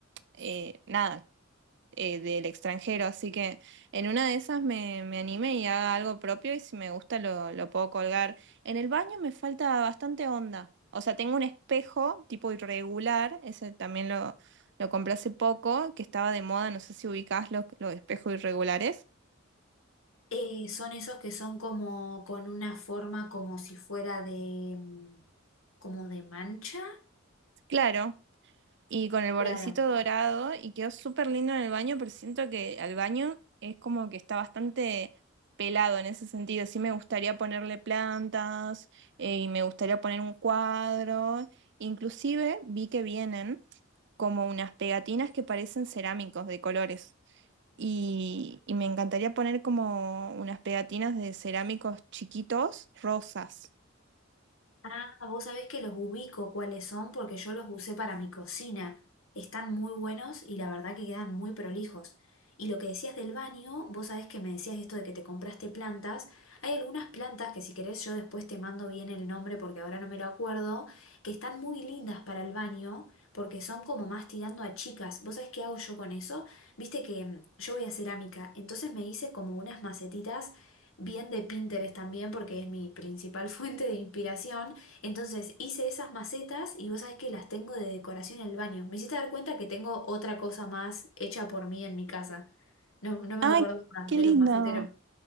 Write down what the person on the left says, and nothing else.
Eh, son esos que son como con una forma como si fuera de, mm, como de mancha.
Claro.
Ah, vos sabés que los ubico cuáles son porque yo los usé para mi cocina. Están muy buenos y la verdad que quedan muy prolijos. Y lo que decías del baño, vos sabés que me decías esto de que te compraste plantas. Hay algunas plantas que si querés yo después te mando bien el nombre porque ahora no me lo acuerdo, que están muy lindas para el baño porque son como más tirando a chicas. ¿Vos sabés qué hago yo con eso? Viste que mm, yo voy a cerámica, entonces me hice como unas macetitas bien de Pinterest también porque es mi principal <laughs> fuente de inspiración. Entonces hice esas macetas y vos sabés que las tengo de decoración en el baño. Me hiciste dar cuenta que tengo otra cosa más hecha por mí en mi casa. No, no me
acordaba
de
los maceteros.